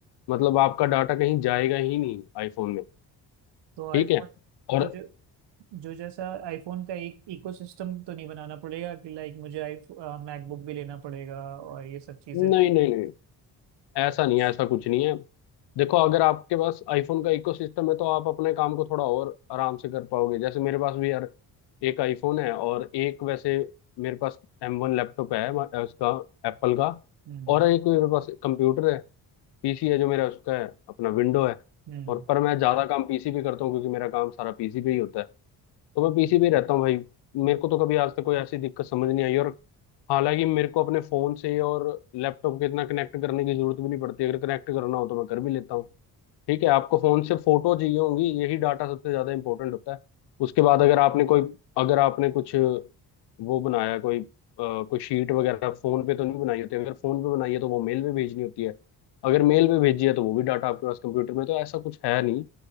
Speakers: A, on the left; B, on the right.
A: मतलब आपका डाटा कहीं जाएगा ही नहीं आईफोन में
B: तो आईफोन
A: ठीक है और
B: तो जो जो जैसा आईफोन का एक इकोसिस्टम तो नहीं बनाना पड़ेगा कि लाइक मुझे आई मैकबुक भी लेना पड़ेगा और ये सब चीजें
A: नहीं
B: लेनी
A: नहीं नहीं ऐसा
B: कुछ
A: नहीं है ऐसा कुछ नहीं है देखो अगर आपके पास आईफोन का इकोसिस्टम है तो आप अपने काम को थोड़ा और आराम से कर पाओगे जैसे मेरे पास भी यार एक आईफोन है और एक वैसे मेरे पास एम वन लैपटॉप है म- उसका एप्पल का
B: हम्म
A: और एक मेरे पास कंप्यूटर है पीसी है जो मेरा उसका है अपना विंडो है
B: हम्म
A: और पर मैं ज्यादा काम पीसी पे करता हूँ क्योंकि मेरा काम सारा पीसी पे ही होता है तो मैं पीसी पे ही रहता हूँ भाई मेरे
B: हम्म,
A: को तो कभी आज तक कोई ऐसी दिक्कत समझ नहीं आई और हालांकि मेरे को अपने फोन से और लैपटॉप के इतना कनेक्ट करने की जरूरत भी नहीं पड़ती अगर कनेक्ट करना हो तो मैं कर भी लेता हूँ ठीक है आपको फोन से फोटो चाहिए होंगी यही डाटा सबसे ज्यादा इंपॉर्टेंट होता है उसके बाद अगर आपने कोई अगर आपने कुछ वो बनाया कोई अ, कोई शीट वगैरह फोन पे तो नहीं बनाई होती अगर फोन पे बनाई है तो वो मेल में भेजनी होती है अगर मेल में भेजी है तो वो भी डाटा आपके पास कंप्यूटर में तो ऐसा कुछ है नहीं